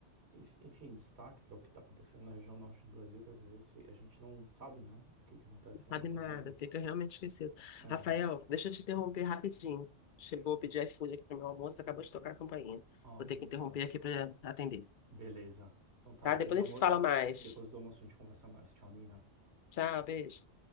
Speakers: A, on the right; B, on the left.
A: enf- enfim, destaque para o que está acontecendo na região norte do Brasil, que às vezes fi- a gente não sabe, né? O que que acontece
B: Não sabe
A: lá na Amazônia.
B: nada, fica realmente esquecido.
A: É,
B: Rafael, deixa eu te interromper rapidinho. Chegou a pedir iFood aqui para meu almoço, acabou de tocar a campainha.
A: ó,
B: Vou
A: nem
B: ter que
A: me
B: interromper
A: fala.
B: aqui para atender.
A: Beleza. Então tá,
B: Tá?
A: depois
B: Depois
A: do
B: a
A: almoço,
B: gente se fala mais.
A: depois do almoço a gente conversa mais. Tchau, Nina.
B: Tchau, beijo.